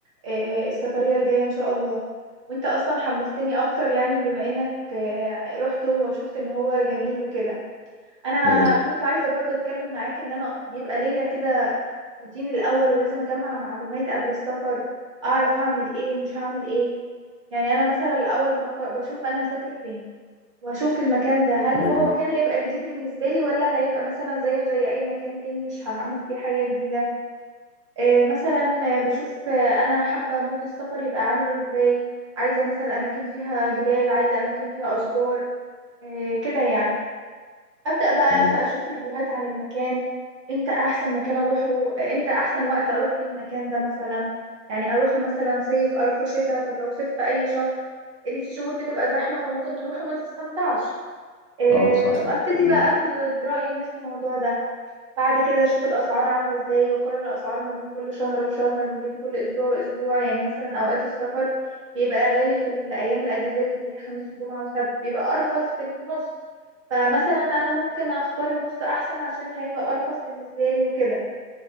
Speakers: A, on the right; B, on the left.
A: آه، السفريه الجايه ان شاء الله وانت اصلا حمستني اكتر يعني بما انك آه، رحت وشفت ان هو جميل وكده انا
B: مم،
A: كنت عايزه برضه اتكلم معاكي ان انا بيبقى ليا كده روتيني الاول ولازم اجمع معلومات قبل السفر اعرف هعمل ايه ومش هعمل ايه يعني انا مثلا الاول بق- بشوف انا هسافر فين واشوف المكان ده هل
B: مم،
A: هو مكان هيبقى جديد بالنسبه لي ولا هيبقى مثلا زيه زي اي مكان تاني مش هعمل فيه حاجه جديده آه، مثلا آه، بشوف آه، انا حابه مود السفر يبقى عامل ازاي عايزه مثلا اماكن فيها جبال عايزه اماكن فيها اشجار آه، كده يعني ابدا بقى
B: مم.
A: ف- اشوف ريفيوهات عن المكان امتى احسن مكان اروحه امتى احسن وقت اروح فيه المكان ده مثلا يعني اروحه مثلا صيف اروحه شتاء طب لو صيف في اي شهر ان في شهور بتبقى زحمه فممكن تروح وما تستمتعش آه،
B: اه صح أتفق
A: ابتدي
B: معاك.
A: بقى اخد راي الناس في الموضوع ده بعد كده اشوف الاسعار عامله ازاي واقارن الاسعار ما بين كل شهر وشهر ما بين كل اسبوع واسبوع يعني مثلا اوقات السفر بيبقى غالي في الايام الاجازات اللي هي خميس وجمعه وسبت بيبقى ارخص في النص فمثلا انا ممكن اختار النص احسن عشان هيبقى ارخص بالنسبه لي وكده